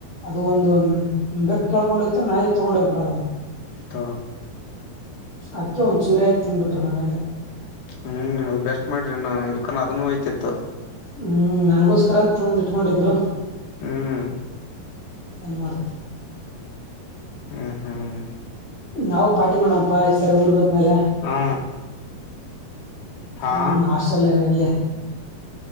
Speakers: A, on the left; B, on the left.
A: ಅದು ಒಂದು ಬೆಕ್ ಕೇಕೊಂಡ ಹಯ್ತ ನಾಯಿ ತಗೊಂಡ ಹೋಗ್ಬಿುದ
B: ತ
A: ಅದ್ಕ ಒಂದ್ ಚೂರ ಹಕ ತಿಿಂದ್ಬಿಟ್ರ ಮನೇಲಿ
B: ಹ್ಮ್ ಅದ ಬೆಸ್ಟ್ ಮಾಡ್ರಿ ನಾ ಇಲ್ಕನ್ ಅದನ್ನು ಹಯ್ತಿತ್ತು
A: ಹ್ಮ್ ನನ್ಗೋಸ್ಕರ ಅಂತ ತೊಂದ್ ಇಟ್ಕೊಂಡಿದ್ರು
B: ಹ್ಮ್
A: ಏನ್ ಮಾಡ್ತ
B: ಹ್ಮ್ ಹ್ಮ್
A: ನಾವು ಪಾರ್ಟಿ ಮಾಡಪ ಈ ಸರಿ ಊರ್ ಹದ್ಮೇಲೆ
B: ಹಾ ಹಾ
A: ಹ್ಮ್ ಆಸ್ಟ್ರಲ್ಲ್ಲಿ